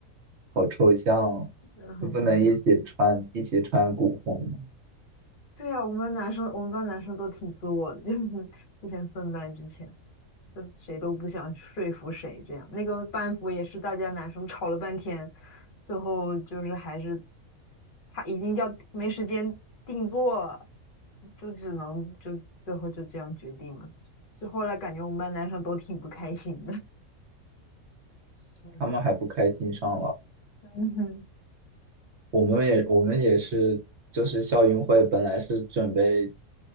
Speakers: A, on the right; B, on the left.
A: 好抽象哦，
B: 真的很抽象。
A: 就不能一起穿一起穿古风吗？
B: 对呀、我们班男生，我们班男生都挺自我的，<laughs> 就是之前分班之前，就谁都不想说服谁这样。那个班服也是大家男生吵了半天，最后就是还是他已经要没时间定做了，就只能就最后就这样决定了。所以后来感觉我们班男生都挺不开心的。<laughs> 嗯
A: 他们还不开心上了，
B: 嗯哼
A: 我们也我们也是，就是校运会本来是准备，